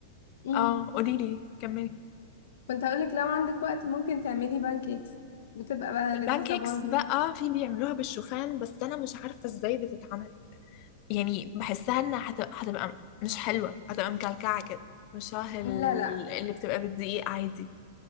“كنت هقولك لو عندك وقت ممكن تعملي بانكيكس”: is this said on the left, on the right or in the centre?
Left